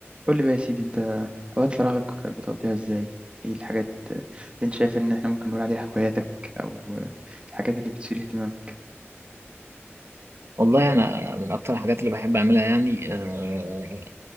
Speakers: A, on the right; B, on the right.
A: قول لي بقى يا سيدي انت اوقات فراغك بتقضيها ازاي ايه الحاجات اللي انت شايف ان احنا ممكن نقول عليها هواياتك او الحاجات اللي بتثير اهتمامك
B: والله انا من اكتر الحاجات اللي بحب اعملها يعني آه،